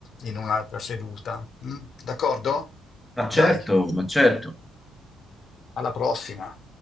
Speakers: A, on the left; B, in the centre.
A: in un'altra seduta. Mm? D'accordo?
B: ma certo,
A: Dai,
B: ma certo.
A: alla prossima.